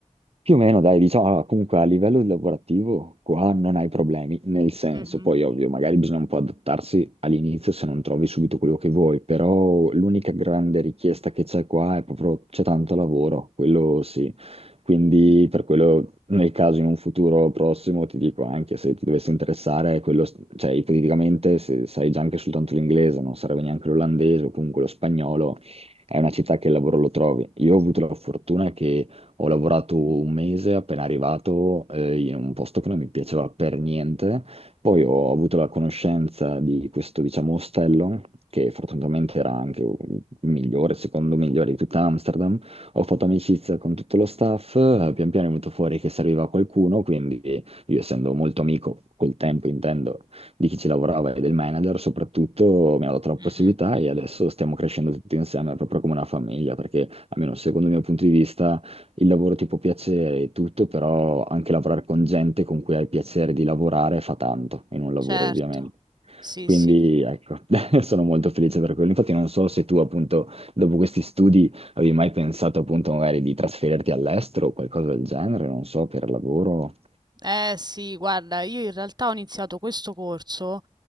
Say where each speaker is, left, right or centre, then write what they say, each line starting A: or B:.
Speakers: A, on the right; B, on the right.
A: Più o meno, dai, diciamo, allora, comunque a livello lavorativo qua non hai problemi, nel senso,
B: Mhm,
A: poi ovvio, magari bisogna un po' adattarsi all'inizio se non trovi subito quello che vuoi, però l'unica grande richiesta che c'è qua è proprio c'è tanto lavoro, quello sì. Quindi per quello, nel caso in un futuro prossimo, ti dico anche se ti dovesse interessare, quello, cioè ipoteticamente se sai già anche soltanto l'inglese, non sarebbe neanche l'olandese o comunque lo spagnolo, è una città che il lavoro lo trovi. Io ho avuto la fortuna che ho lavorato un mese appena arrivato eh, in un posto che non mi piaceva per niente. Poi ho avuto la conoscenza di questo, diciamo, ostello, che fortunatamente era anche il migliore, secondo migliore di tutta Amsterdam. Ho fatto amicizia con tutto lo staff, eh, pian piano è venuto fuori che serviva qualcuno, quindi io essendo molto amico col tempo, intendo, di chi ci lavorava e del manager, soprattutto mi ha dato la
B: mhm,
A: possibilità e adesso stiamo crescendo tutti insieme, proprio come una famiglia, perché almeno secondo il mio punto di vista il lavoro ti può piacere e tutto, però anche lavorare con gente con cui hai piacere di lavorare fa tanto in un lavoro,
B: certo,
A: ovviamente.
B: sì,
A: Quindi
B: sì.
A: ecco, <laughs> sono molto felice per quello. Infatti non so se tu appunto dopo questi studi avevi mai pensato appunto magari di trasferirti all'estero o qualcosa del genere, non so, per lavoro.
B: Eh sì, guarda, io in realtà ho iniziato questo corso